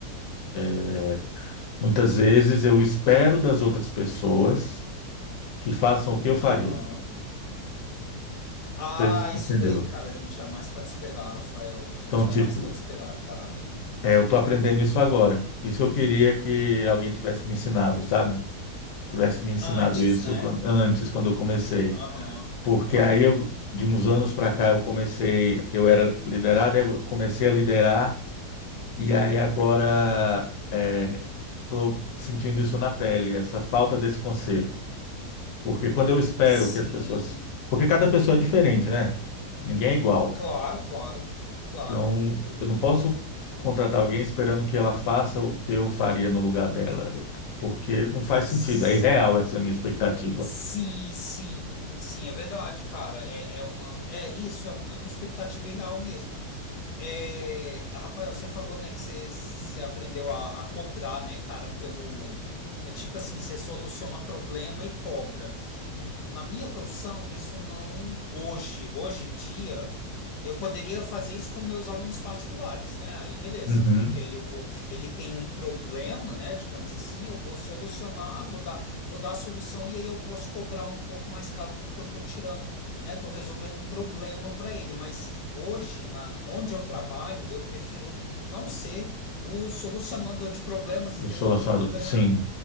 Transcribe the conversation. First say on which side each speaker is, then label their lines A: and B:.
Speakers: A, on the left; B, on the left.
A: é, muitas vezes eu espero das outras pessoas que façam o que eu faria.
B: Aham. Ah,
A: Vocês
B: isso
A: entenderam?
B: daí, cara, a gente jamais pode esperar, Rafael. A gente
A: Então,
B: jamais
A: tipo,
B: pode esperar, cara.
A: É, eu tô aprendendo isso agora. Isso eu queria que alguém tivesse me ensinado, sabe? Tivesse me ensinado
B: Antes,
A: isso
B: né?
A: quan- antes, quando eu comecei.
B: Aham.
A: Porque aí eu, de uns anos para cá, eu comecei, eu era liderado, eu comecei a liderar, e aí agora é, tô sentindo isso na pele, essa falta desse conselho. Porque quando eu espero
B: Sim.
A: que as pessoas. Porque cada pessoa é diferente, né? Ninguém é igual.
B: Claro, claro, claro.
A: Então, eu não posso contratar alguém esperando que ela faça o que eu faria no lugar dela, porque não faz
B: S-
A: sentido. É irreal essa minha expectativa.
B: Sim, sim, sim, é verdade, cara. É, é uma. É isso, é, um- é uma expectativa irreal mesmo. É, Rafael, você falou, né, que você, você aprendeu a, a cobrar, né, cara, pelo. é tipo assim, você soluciona problema e cobra. Hum, Na minha profissão, isso não. Hoje, hoje em dia, eu poderia fazer isso com meus alunos particulares, né? Aí beleza,
A: Uhum.
B: porque aí eu vou. Ele tem um problema, né, digamos assim, eu vou solucionar, vou dar, vou dar a solução e aí eu posso cobrar um pouco mais caro porque eu tô tirando, né, tô resolvendo um problema para ele, mas. Hoje, na, onde eu trabalho, eu prefiro não ser o solucionador de problemas, entendeu?
A: O solucionador,
B: Porque eu não vou ganhar,
A: sim.